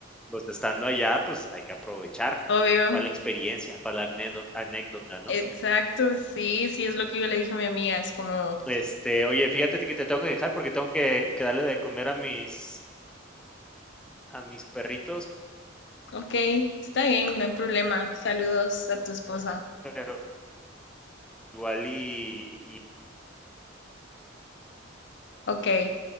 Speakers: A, in the centre; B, on the left.
A: pues, estando allá, pues, hay que aprovechar
B: obvio.
A: para la experiencia, para la anécdo anécdota, ¿no?
B: Exacto, sí, sí, es lo que yo le dije a mi amiga, es como,
A: Este, oye, fíjate que te tengo que dejar porque tengo que que darle de comer a mis a mis perritos,
B: Ok, está bien, no hay problema. Saludos a tu esposa.
A: pero igual y
B: Ok,